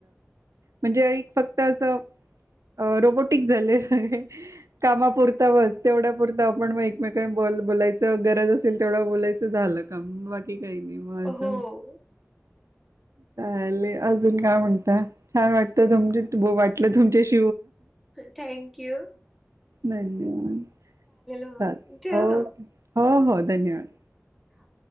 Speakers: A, on the right; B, in the centre.
A: म्हणजे फक्त अस अ रोबोटिक झाले सगळे कामापुरता बस तेवढ्यापुरता आपण मग एकमेकान बरोबर बोलतो. बोलायच गरज असेल. तेवढं बोलायचं झालं काम बाकी काही नाही मजेत
B: हो
A: चालेल अजून काय म्हणता छान वाटले तुमच्याशी बोलून
B: थँक्यू.
A: धन्यवाद
B: मग
A: चालेल
B: ठेवू
A: ओके हो हो धन्यवाद.
B: हा.